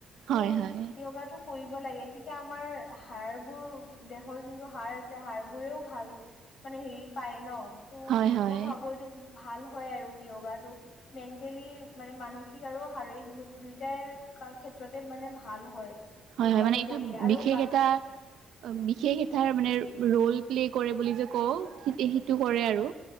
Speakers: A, on the left; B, on the right.
A: তো'
B: হয় হয় হয় হয়
A: য়োগটো। কৰিব লাগে তেতিয়া আমাৰ হাড়বোৰ দেহৰ যোনটো হাড় আছে হাড় বোৰেও ভাল। মানে হেৰি পায় ন তো
B: হয় হয়
A: মই ভাবো এইটো ভাল হঁয় আৰু য়োগাটো। মেণ্টেলি মানে মানসিক আৰু শাৰীৰিক দুইটাই ক্ষেত্ৰতে মানে ভাল হয়।
B: হঁয় হয়ঁ
A: য়োগাটো
B: হয় মানে এইটো
A: কৰিলে আৰু
B: বিশেষ
A: বাকী
B: এটা বিশেষ এটাৰ
A: হয়
B: মানে ৰোল। প্লে কৰে বুলি যে কওঁ সিতে সেইটো কৰে আৰু।